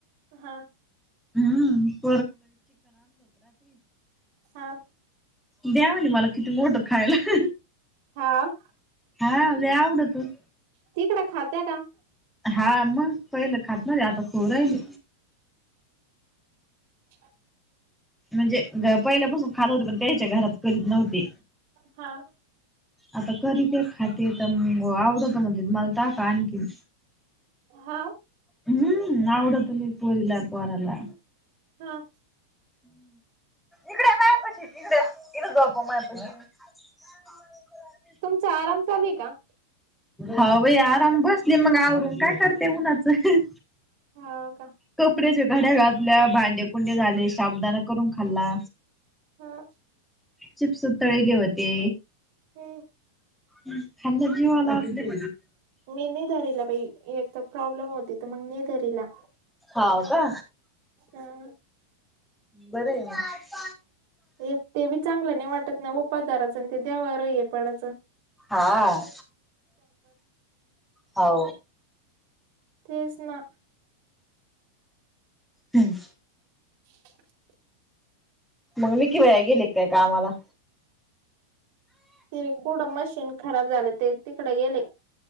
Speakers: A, on the right; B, in the centre.
A: हां
B: हां
A: हां
B: द्या म्हणे मला तीची बोट खायला.
A: हां
B: हां लई आवडत.
A: तिकड खात्या का?
B: हा मग पहिल खात नव्हती आता खाऊ राहिली.
A: <inaudible>
B: म्हणजे पहिल्यापासून खात होते पण त्यांच्या घरात करीत नव्हते.
A: हां
B: आता करीतेत खातेत तर आवडत म्हणतेत मला टाका आणखीन.
A: हां
B: हम्म आवडत लय पोरीला, पोराला.
A: हां
B: इकड ये मायापशी इकड ये इथ झोपव माझ्यापशी. <inaudible>
A: तुमचा आराम चालूये का?
B: हौ भाई आराम बसले मग आवरून, काय करते उन्हाचं?
A: हो का.
B: कपड्यांच्या घड्या घातल्या, भांडेपुंडे झाले शाबुदाना करून खाल्ला.
A: हा.
B: चिप्स तळले होते.
A: हो.
B: ह खंद जीवाला असते.
A: मी नाही धरीला बई,, एक तर प्रॉब्लेम होते तर मग नै धरीला.
B: हो का.
A: हा.
B: बर आहे मग.
A: एक ते बी चांगलं नाही वाटत ना, उपास धरायचा आणि ते देवाव हे पडाचं-
B: हा हौ..
A: तेच ना
B: हम्म.
A: चच <inaudible>
B: मग विकि भैया गेले की काय कामाला?
A: ते कुडं मशीन खराब झालं ते- तिकडे गेले